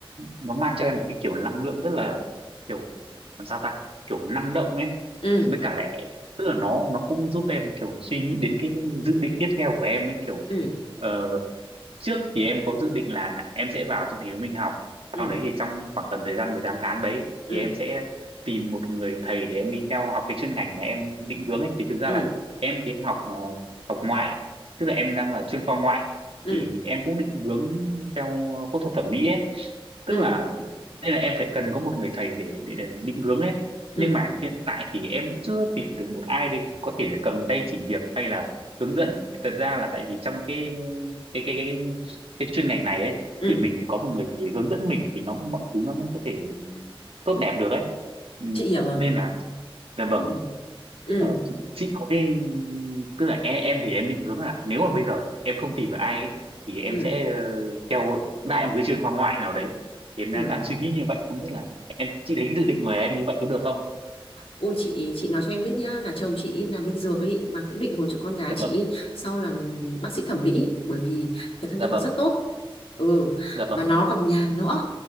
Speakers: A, on the right; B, on the left.
A: nó mang cho em một cái kiểu năng lượng rất là kiểu làm sao ta kiểu năng động ấy
B: ừ
A: với cả lại tức là nó nó cũng giúp em kiểu suy nghĩ đến cái dự định tiếp theo của em ấy kiểu
B: ừ
A: ờ, trước thì em có dự định là em sẽ vào trong thành phố Minh học
B: ừ
A: sau đấy thì trong khoảng tầm thời gian 18 tháng đấy
B: ừ
A: thì em sẽ tìm một người thầy để em đi theo học cái chuyên ngành mà em định hướng ấy thì thực ra
B: ừ
A: là em thì em học ờ, học ngoại tức là em đang là chuyên khoa ngoại
B: ừ
A: thì em cũng định hướng theo phẫu thuật thẩm mỹ ấy
B: ừ
A: tức là
B: ừ
A: đây là em phải cần có một người thầy để, để định hướng ấy
B: ừ
A: nhưng mà hiện tại thì em cũng chưa tìm được một ai để có thể là cầm tay chỉ việc hay là hướng dẫn thật ra là tại vì trong cái cái cái cái cái chuyên ngành này ấy
B: ừ.
A: thì mình phải có một người thầy hướng dẫn mình thì nó mới mọi thứ nó mới có thể tốt đẹp được ấy ừ.
B: chị hiểu rồi
A: nên là là vâng
B: ừ ừ
A: tức là chị, chị có cái tức là em em thì em định hướng là nếu mà bây giờ em không tìm được ai ấy, thì em
B: ừ
A: sẽ ờ, theo đại một cái trường khoa ngoại nào đấy thì em
B: ừ
A: đang, đang suy nghĩ như vậy không biết là em chị thấy cái dự định của em như vậy có được không
B: Ôi chị chị nói cho em biết nhá là chồng chị làm bên dược ấy mà cũng định hôn cho con gái
A: dạ
B: chị
A: vâng
B: sau làm bác sĩ thẩm mỹ bởi vì cái thu
A: dạ
B: nhập nó
A: vâng
B: rất tốt ừ
A: dạ
B: và
A: vâng
B: nó còn nhàn nữa